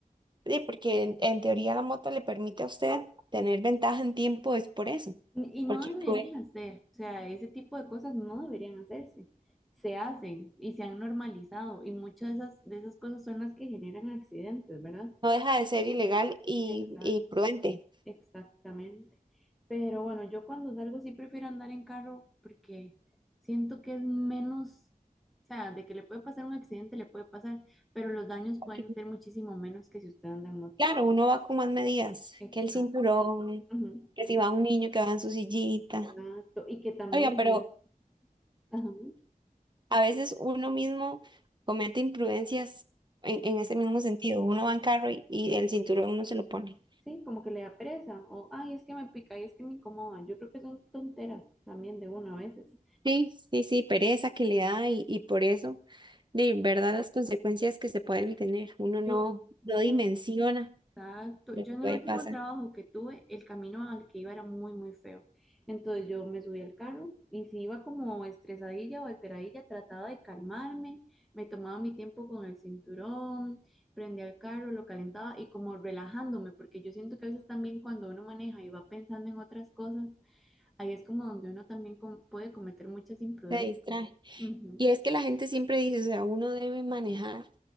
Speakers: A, on the right (about 30°); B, in the centre.
A: sí, porque en, en teoría la moto le permite a usted tener ventaja en tiempo, es por eso,
B: Y
A: porque
B: no debería
A: prue-
B: ser, o sea, ese tipo de cosas no deberían hacerse. Se hacen y se han normalizado y muchas de esas, de esas cosas son las que generan accidentes, ¿verdad?
A: no deja de ser ilegal y,
B: Exact,
A: y prudente.
B: exactamente. Pero bueno, yo cuando salgo sí prefiero andar en carro porque siento que es menos, o sea, de que le puede pasar un accidente, le puede pasar, pero los daños
A: Aquí,
B: pueden ser muchísimo menos que si usted anda en moto.
A: Claro, uno va con más medidas,
B: Exacto.
A: que el cinturón,
B: ujú,
A: que si va un niño que va en su sillita.
B: Exacto. Y que también...
A: Oiga, pero
B: Ajá.
A: A veces uno mismo comete imprudencias en, en ese mismo sentido. Uno va en carro y, y el cinturón uno se lo pone.
B: Sí, como que le da pereza, o ay, es que me pica, y es que me incomoda. Yo creo que son tonteras también de uno a veces.
A: Sí, sí, sí, pereza que le da y, y por eso, de verdad, las consecuencias que se pueden tener. Uno no,
B: Yo,
A: no dimensiona
B: en- exacto,
A: lo
B: yo
A: que
B: en
A: puede
B: el último
A: pasar,
B: trabajo que tuve, el camino al que iba era muy, muy feo. Entonces yo me subí al carro y si iba como estresadilla o alteradilla, trataba de calmarme, me tomaba mi tiempo con el cinturón, prendía el carro, lo calentaba y como relajándome, porque yo siento que a veces también cuando uno maneja y va pensando en otras cosas, ahí es como donde uno también com- puede cometer muchas imprudencias.
A: se distrae.
B: Ujú.
A: Y es que la gente siempre dice, o sea, uno debe manejar